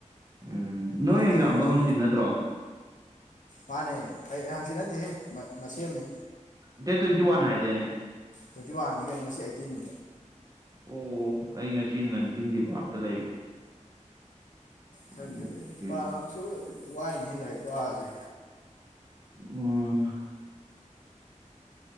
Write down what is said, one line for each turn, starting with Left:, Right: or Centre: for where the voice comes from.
Right: ꯎꯝ ꯅꯣꯏ ꯑꯦꯟꯖꯥꯝꯗꯣ
Left: ꯇꯧꯔꯗꯤ
Right: ꯍꯪꯆꯤꯠ ꯅꯠꯇ꯭ꯔꯣ
Left: ꯃꯥꯅꯦ ꯍ ꯍꯪꯆꯤꯠ ꯅꯠꯇꯦꯍꯦ ꯃ ꯃꯁꯦꯝꯅꯦ
Right: ꯗꯦꯠ ꯇ꯭ꯋꯦꯟꯇꯤ ꯋꯥꯟ ꯍꯥꯏꯗꯥꯏꯅꯦ
Left: ꯇ꯭ꯋꯦꯟꯇꯤ ꯋꯥꯟꯅꯤ ꯀꯩꯅꯣ ꯉꯁꯤ ꯑꯩꯠꯇꯤꯟꯅꯤ
Right: ꯑꯣ ꯑꯩ ꯉꯁꯤ ꯅꯖꯤꯡꯒꯤ ꯚꯥꯇ ꯂꯩꯕ
Left: ꯈꯪꯒꯦ
Right: ꯑꯣꯀꯦ
Left: ꯇ ꯄꯁꯨ ꯗꯤ ꯋꯥꯏꯅꯤ ꯍꯦꯜꯂ ꯏ ꯄꯁꯦ
Right: ꯑꯣ